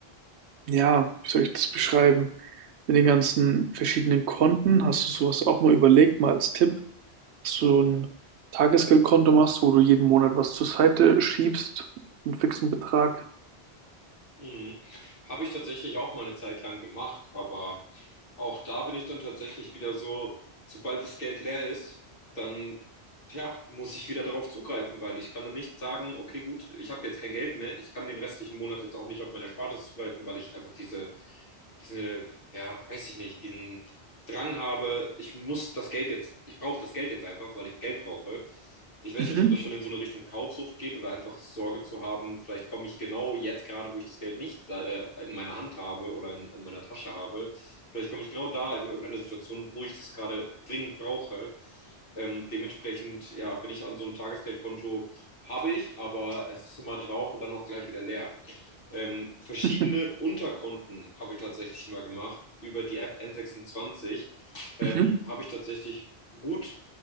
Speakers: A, on the right; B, on the left.
A: ja, wie soll ich das beschreiben, mit den ganzen verschiedenen Konten? Hast du sowas auch mal überlegt, mal als Tipp? dass du ein Tagesgeldkonto machst, wo du jeden Monat was zur Seite schiebst, einen fixen Betrag.
B: Mhm. Habe ich tatsächlich auch mal eine Zeit lang gemacht, aber auch da bin ich dann tatsächlich wieder so, sobald das Geld leer ist, dann ja, muss ich wieder darauf zugreifen, weil ich kann dann nicht sagen, okay, gut, ich habe jetzt kein Geld mehr, ich kann den restlichen Monat jetzt auch nicht auf meine Erspartes zugreifen, weil ich einfach diese, diese, ja, weiß ich nicht, diesen Drang habe, ich muss das Geld jetzt, ich brauche das Geld jetzt einfach, weil ich Geld brauche. Ich weiß
A: Mhm.
B: nicht, ob das schon
A: <laughs>
B: in so eine Richtung Kaufsucht geht oder einfach Sorge zu haben, vielleicht komme ich genau jetzt gerade, wo ich das Geld nicht äh, in meiner Hand habe oder in, in meiner Tasche habe, vielleicht komme ich genau da in irgendeine Situation, wo ich das gerade dringend brauche. Ähm, dementsprechend, ja, bin ich an so einem Tagesgeldkonto, habe ich, aber es ist immer drauf und dann auch gleich wieder leer. Ähm, verschiedene
A: Mhm.
B: Unterkonten habe ich tatsächlich mal gemacht. Über die App N26 ähm,
A: Mhm.
B: habe ich tatsächlich gut